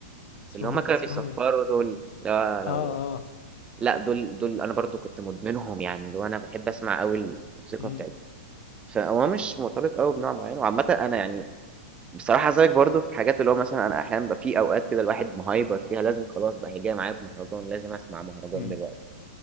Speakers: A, on the left; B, on the right.
A: اسمهم
B: اللي هما كانوا
A: اسمهم
B: بيصفروا
A: ايه
B: دول لا لو
A: اه اه
B: لا دول دول أنا برضو كنت مدمنهم يعني اللي هو أنا بحب أسمع قوي الموسيقى
A: أمم،
B: بتاعتهم فهو مش مرتبط قوي بنوع معين وعامة أنا يعني بصراحة زيك برضه في حاجات اللي هو مثلًا أنا أحيانًا بيبقى في أوقات كده الواحد مهايبر فيها لازم خلاص بقى هي جاية معايا بمهرجان، لازم أسمع مهرجان
A: أمم،
B: دلوقتي،